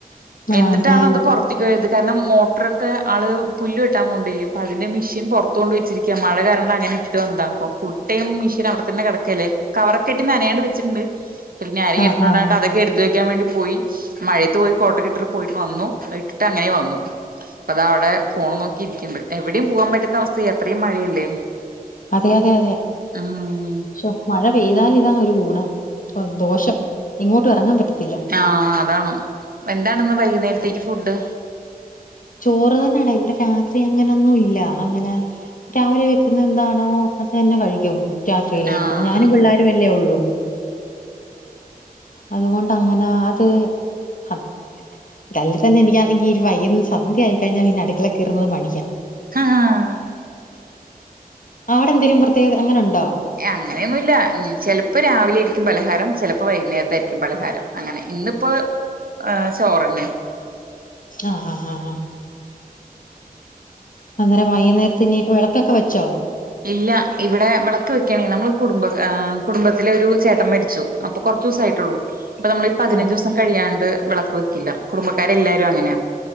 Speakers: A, on the left; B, on the right.
A: ആഹ്
B: എന്നിട്ടാണൊന്ന്
A: അതെ
B: പൊർ- പിതുവയിത് കാരണം മോട്രൊക്കെ ആള് പുല്ല് വെട്ടാൻ മോണ്ടേയി പ്പ അതിന്റെ മെഷീൻ പൊത്തുകൊണ്ട് വെച്ചിരി ക്ക്യ മഴ കരണം അങ്ങനെ ട്ട് വന്താ പ്പൊ ഫുൾടൈം മിഷീൻ അവിടെ തന്നെ കെടക്കേലെ കവറൊക്കെട്ട് നനയാണ്ട് ച്ണ്ട് പിന്നെ ആരേ
A: ആഹ്
B: എട്ത്ത് കൊണ്ട
A: ആഹ്
B: വണ്ട അതൊക്കെ എട് കുത്ത വെക്കാൻ വേണ്ടി പോയി മഴയത്തു പോയി കോട്ടൊക്കെ ഇട്ടിട്ട് പോയിട്ട വന്നു. അത് ഇട്ടിട്ട് അങ്ങനെ വന്നു പ്പതാ ഔടെ ഫോണു നോക്കിയിരിക്ണ്ട് എവിടിം പോവാപറ്റത്ത അവസ്ഥയ എത്രം മഴയല്ലേ.
A: അതെ അതെ അതെ
B: ഉം
A: ശോ മഴ പെയ്താൽ ഇതാ ഒരു ഗുണം. സന്തോഷം എങ്ങോട്ടു ഇറങ്ങാ പറ്റത്തില്ല.
B: ആഹ അതാണ് എന്താണ് ഇന്ന് വൈകുന്നേരത്തേക്ക് ഫുഡ്
A: ചോറ് തന്നെടാ ഇവിടെ രാത്രി അങ്ങനൊന്നും ഇല്ല അങ്ങനെ രാവിലെ വെക്കുന്നെന്താണോ അത് തന്നെ കഴിക്ക്യും രാത്രിയിലേക്കോ
B: ആഹ്
A: ഞാനും പിള്ളേരുവല്ലേ ഒള്ളൂ. അതുകൊണ്ടങ്ങന അത് ഹ. ട്ടല്ലെ തന്നെ എനിക്കാണെങ്കി ഒരു വൈകുന്ന സന്ധ്യായിക്കഴിഞ്ഞ പിന്നെ അടുക്കളെ കെറുന്നത് മടിയ.
B: ആഹ്
A: അവിടെന്തേലും പ്രത്യേക അങ്ങനുണ്ടോ?
B: അങ്ങനെയൊന്നു ഇല്ല ചിലപ്പോ രാവിലെ ആയിരിക്കും പലഹാരം ചിലപ്പോ വൈകുന്നേരത്തായിരിക്കും പലഹാരം അങ്ങനെ ഇന്നിപ്പോ ചോറെന്നെ
A: ആഹ് ആഹ് ആഹ് ആഹ്. അന്നേരം വൈകുന്നേരത്തി ഇനി വിളക്കൊക്കെ വെച്ചോ
B: ഇല്ല ഇവിടെ വെളക്ക് വെക്ക്യണേ നമ്മൾ കുടുംബ ആ കുടുംബത്തിലെ രു ചേട്ടം മര്ച്ചു. അപ്പൊ കൊർച്ചൂസായിട്ടുള്ളൂ പ്പ നമ്മളീ പതിനഞ്ചുസം
A: ആഹ്
B: കഴിയാണ്ട് വിളക്ക് വെ- കില്ല കുടുംബക്കാരെല്ലാരും അങ്ങനാ.